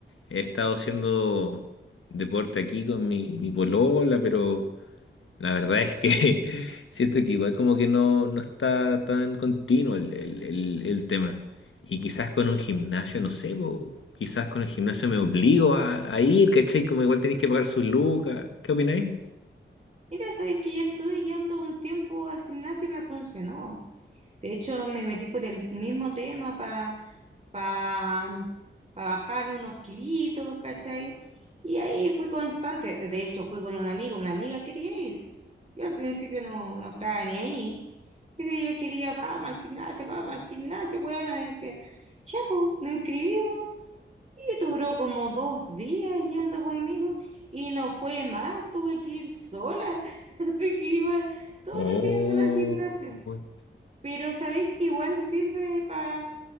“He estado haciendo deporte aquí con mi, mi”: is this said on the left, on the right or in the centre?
Left